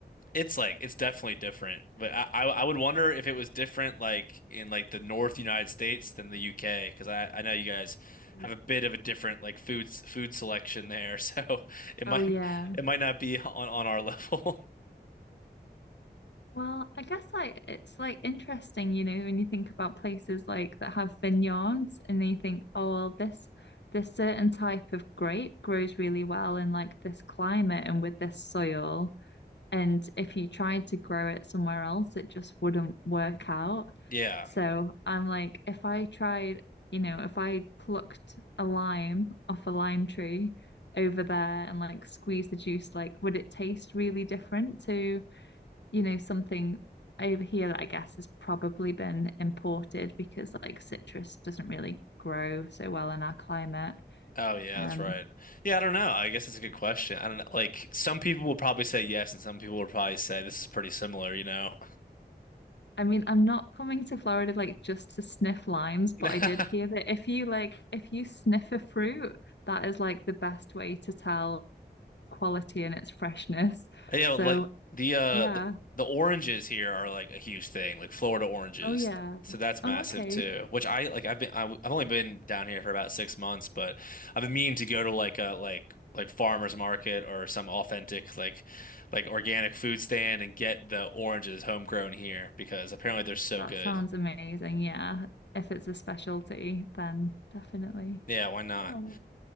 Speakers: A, on the left; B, on the left.
A: it's like it's definitely different. But I, I I would wonder if it was different like in like the North United States than the U.K. because I I know you guys
B: Mm.
A: have a bit of a different like foods food selection there, <laughs> so it
B: Oh
A: might
B: yeah.
A: it might not be on on our level. <laughs>
B: Well, I guess like it's like interesting, you know, when you think about places like that have vineyards and then you think, oh well, this this certain type of grape grows really well in like this climate and with this soil. And if you tried to grow it somewhere else, it just wouldn't work out.
A: Yeah.
B: So I'm like, if I tried, you know, if I plucked a lime off a lime tree over there and like squeezed the juice, like would it taste really different to you know, something over here that I guess has probably been imported because like citrus doesn't really grow so well in our climate.
A: Oh yeah,
B: Um,
A: that's right. Yeah, I don't know. I guess that's a good question. I don't know. Like some people will probably say yes, and some people will probably say this is pretty similar, you know.
B: I mean, I'm not coming to Florida like just to sniff limes, but
A: <laughs>
B: I did hear that if you like if you sniff a fruit, that is like the best way to tell quality and its freshness.
A: Yeah,
B: So,
A: like the uh
B: yeah.
A: the, the oranges here are like a huge thing, like Florida oranges.
B: Oh yeah.
A: So that's
B: Oh,
A: massive
B: okay.
A: too. Which I like I've been I, have only been down here for about six months, but I've been meaning to go to like a like like farmers market or some authentic like like organic food stand and get the oranges homegrown here because apparently they're so
B: That
A: good.
B: sounds amazing. Yeah. If it's a specialty, then definitely.
A: Yeah, why not?
B: Oh.